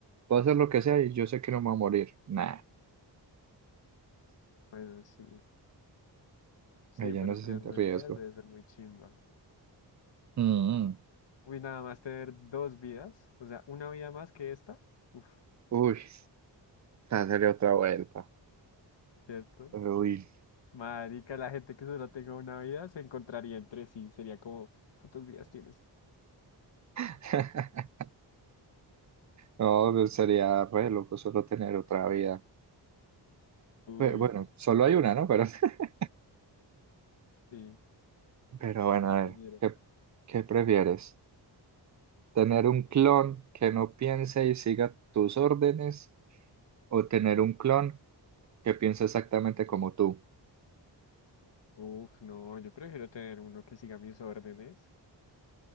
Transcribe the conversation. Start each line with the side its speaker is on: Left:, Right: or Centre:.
Right: Puedo hacer lo que sea y yo sé que no me voy a morir. Nah.
Left: Bueno, sí. Sí,
Right: Ella
Left: pero
Right: no se
Left: tener
Right: siente
Left: nueve
Right: riesgo.
Left: vidas debe ser muy chimba.
Right: Mm.
Left: Uy, nada más tener dos vidas, o sea, una vida más que esta. Uf,
Right: Uy, esa sería otra vuelta.
Left: ¿cierto?
Right: Uy.
Left: Marica, la gente que solo tenga una vida se encontraría entre sí. Sería como, ¿cuántas vidas tienes tú?
Right: <laughs> No, pues, sería re loco solo tener otra vida.
Left: Uy,
Right: Pe- Bueno, solo hay una, ¿no? Pero, <laughs>
Left: Sí,
Right: pero bueno, a
Left: tener.
Right: ver, ¿qué, qué prefieres? ¿Tener un clon que no piense y siga tus órdenes o tener un clon que piense exactamente como tú?
Left: Uf, no, yo prefiero tener uno que siga mis órdenes.